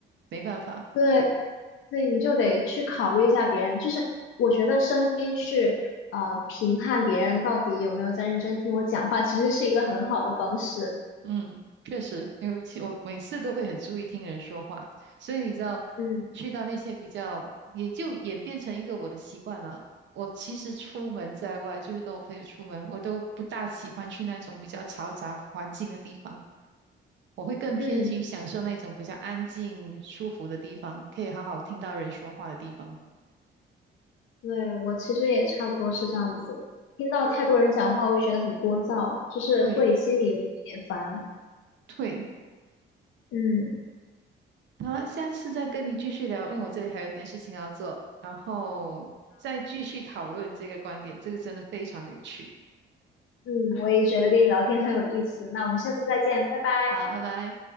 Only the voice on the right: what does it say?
没办法，
嗯，确实，尤其我每次都会很注意听人说话，所以你知道，
去到那些比较，也就演变成一个我的习惯了。我其实出门在外，就是跟我朋友出门，我都不大喜欢去那种比较嘈杂环境的地方。我会更偏向于享受那种比较安静、
舒服的地方，可以好好听到人说话的地方。
会会。
好了，下次再跟你继续聊，因为我这里还有一点事情要做，然后再继续讨论这个观点，这个真的非常有趣。
好，拜拜。